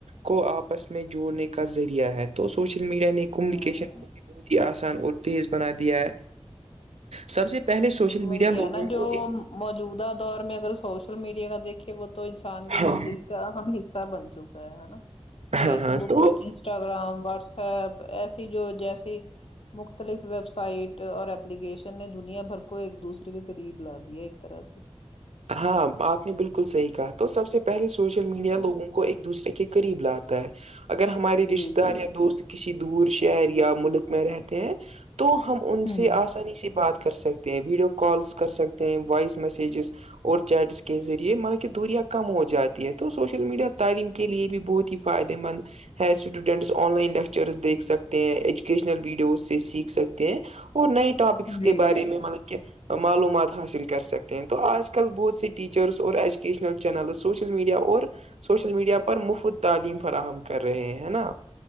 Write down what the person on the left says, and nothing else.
ہاں
وہی
ہے نا
جو موجودہ دور میں اگر سوشل میڈیا کا دیکھے وہ تو انسان کی
زندگی ایک اہم حصہ بن چکا ہےا فیس
بک
انسٹاگرام واٹس ایپ ایسی جو جیسی مختلف ویب سائٹ اور ایلیکیشن نے دنیا بھر کو ایک دوسرے کے قریب لا دیا ایک طرح سے
ہاں
جی
جی
ہ
جی
جی